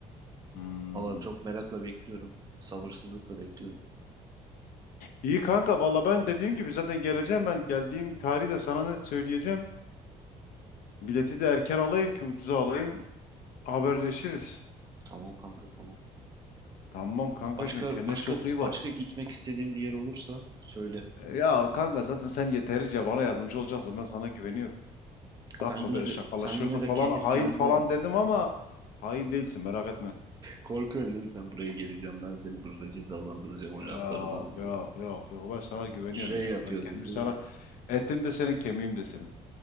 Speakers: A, on the left; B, on the right.
A: Hmm.
B: Valla çok merakla bekliyorum. Sabırsızlıkla bekliyorum.
A: İyi kanka valla ben dediğim gibi zaten geleceğim ben geldiğim tarihi de sana net söyleyeceğim. Bileti de erken alayım ki ucuza alayım haberleşiriz.
B: Tamam kanka tamam.
A: Tamam kankacığım
B: Başka
A: kendine
B: başka
A: çok iyi bak.
B: başka gitmek istediğin bir yer olursa söyle.
A: Ya kanka zaten sen yeterince bana yardımcı olacaksın ben sana güveniyorum. Bakma
B: Sen yine
A: böyle
B: de
A: şakalaşırdın
B: sen yine
A: falan
B: de kendi
A: hain
B: planını
A: falan
B: yap.
A: dedim ama hain değilsin merak etme.
B: Korkuyorsun değil mi sen buraya geleceğim ben seni burada cezalandıracağım
A: Yok
B: o laflarından dolayı.
A: yok yok yok ben sana güveniyorum
B: R
A: ya.
B: yapıyorsun
A: Ben kendimi
B: değil
A: sana
B: mi?
A: ettim de senin kemiğim de senin.